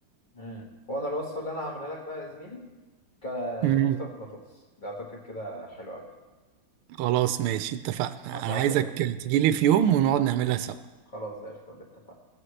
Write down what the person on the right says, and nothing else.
مم.
خلاص ماشي اتفقنا
انا عايزك تجي لي في يوم ونقعد نعملها سوا